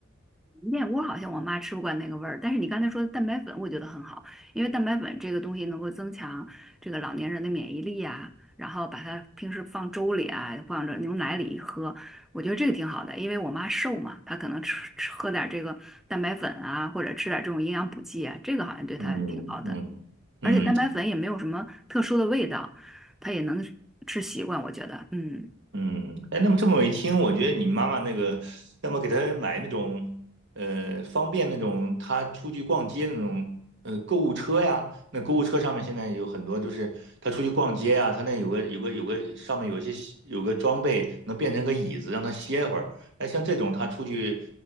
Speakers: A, in the centre; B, on the right.
A: 燕窝好像我妈吃不惯那个味儿，但是你刚才说的蛋白粉，我觉得很好，因为蛋白粉这个东西能够增强这个老年人的免疫力啊，然后把它平时放粥里啊，放着牛奶里喝，我觉得这个挺好的，因为我妈瘦嘛，她可能吃吃喝点这个蛋白粉啊，或者吃点这种营养补剂啊，这个好像对她挺好的，
B: 嗯嗯嗯。
A: 而且蛋白粉也没有什么特殊的味道，她也能吃习惯，我觉得，嗯。
B: 嗯，哎，那么这么一听，我觉得你妈妈那个，要么给她买那种，呃，方便那种她出去逛街的那种，呃，购物车呀。那购物车上面现在有很多，就是她出去逛街呀，她那有个有个有个上面有一些有个装备能变成个椅子，让她歇会儿。哎，像这种她出去，